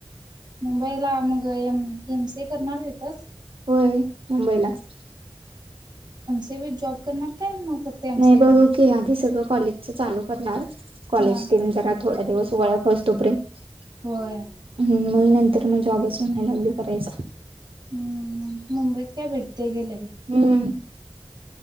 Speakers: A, on the right; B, on the right.
A: मुंबईला मग एम एम सी ए करणार आहे तीतचं?
B: होय मुंबईलाचं.
A: ते बी जॉब करणार काय मग फक्त एम
B: नाही
A: सी ए
B: बघू
A: करणार?
B: की आधी सगळं कॉलेजचं चालू करणार कॉलेज
A: हा
B: <unintelligible> जरात- थोड्या दिवस ओळख होईस तोपर्यंत
A: होय
B: हम्म मग नंत तर मग जॉबच म्हणाय लागलोय करायचं.
A: हम्म मुंबईत काय भेटतय घे लगे?
B: हम्म